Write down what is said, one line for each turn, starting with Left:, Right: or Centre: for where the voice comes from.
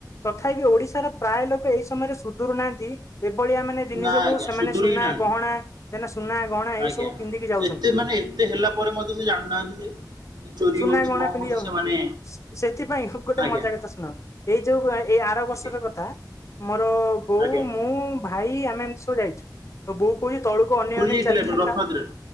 Left: ତଥାପି ଓଡିଶାର ପ୍ରାୟ ଲୋକ ଏଇ ସମୟରେ ସୁଧୁରୁ ନାହାନ୍ତି ଏଭଳିଆ ମାନେ ଜିନିଷ
Right: ନା
Left: କୁ
Right: ଆଜ୍ଞା
Left: ସେମାନେ
Right: ସୁଧୁରୁ
Left: ସୁନା,
Right: ହିଁ ନାହାନ୍ତି।
Left: ଗହଣା, ସେ ମାନେ ସୁନା ଗହଣା ଏଇ
Right: ଆଜ୍ଞା
Left: ସବୁ ପିନ୍ଧିକି ଯାଉଛନ୍ତି
Right: ଏତେ ମାନେ ଏତେ ହେଲା ପରେ ମଧ୍ୟ ସେ ଜାଣିନାହାନ୍ତି ଯେ ଏମିତି ଚୋରି
Left: ସୁନା
Right: ହଉଛି
Left: ଗଣା
Right: କଣ
Left: ପିନ୍ଧି
Right: ହଉଛି
Left: ଯାଉଛନ୍ତି।
Right: ସେମାନେ
Left: ସେଥିପାଇଁ ଗୋଟେ
Right: ଆଜ୍ଞା
Left: ମଜା କଥା ଶୁଣ। ଏଇ ଯୋଉ ଆ ଏଇ ଆର ବର୍ଷର
Right: ଆଜ୍ଞା
Left: କଥା। ମୋର ବୋଉ
Right: ଆଜ୍ଞା
Left: ମୋ ମୁଁ, ଭାଇ ଆମେ ଏମତି ସବୁ ଯାଇଛୁ। ମୋ ବୋଉ କହୁଛି ତଳୁକୁ ଅନେଇ
Right: ପୁରୀ
Left: ଅନେଇ
Right: ଯାଇଥିଲେ
Left: ଚାଲିଥା
Right: ଆପଣ ରଥଯାତ୍ରାରେ?
Left: କା